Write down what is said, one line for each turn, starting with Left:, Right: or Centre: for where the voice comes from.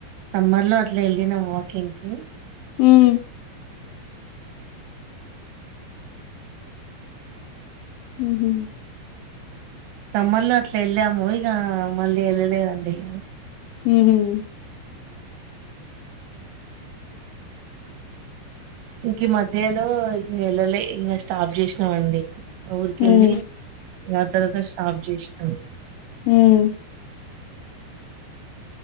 Right: సమ్మర్లో అట్ల ఎల్లినం వాకింగ్కి
Left: ఉం ఉహుం
Right: సమ్మర్లో అట్ల ఎళ్ళాము ఇగ మళ్ళీ ఎళ్ళలేదండి ఇగ
Left: ఉహుం
Right: ఇంకీ మధ్యలో ఇంగ ఎళ్లలే ఇంగ స్టాప్ చేశినమండి మా ఊరికెళ్ళి
Left: ఉమ్
Right: ఇగ ఆ తర్వాత స్టాప్ చేశినం
Left: హామ్